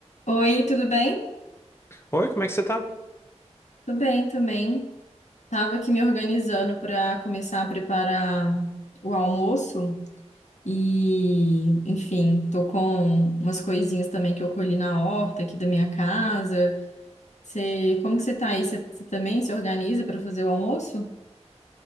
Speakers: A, on the left; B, on the left.
A: Oi, tudo bem?
B: Oi, como é que você tá?
A: Tudo bem também. Tava aqui me organizando para começar a preparar o almoço e, enfim, tô com umas coisinhas também que eu colhi na horta aqui da minha casa. Você, como que você tá aí? Você, você também se organiza para fazer o almoço?